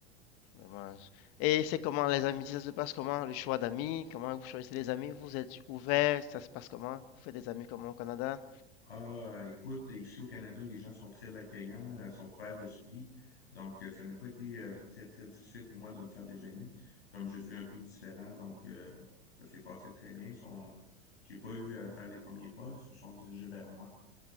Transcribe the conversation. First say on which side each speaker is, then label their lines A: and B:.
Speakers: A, on the left; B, on the left.
A: dommage. Et c'est comment les amitiés, ça se passe comment? Le choix d'amis, comment vous choisissez les amis? Vous êtes ouvert, ça se passe comment? Vous faites des amis comment au Canada?
B: Ah, écoute, ici au Canada, les gens sont très accueillants, euh, sont ouverts d'esprit. Donc, euh, ça n'a pas été euh, très, très difficile pour moi de me faire des amis, comme je suis un peu différent. Donc, euh, ça s'est passé très bien. Ils sont- J'ai pas eu à faire les premiers pas, ils se sont dirigés vers moi.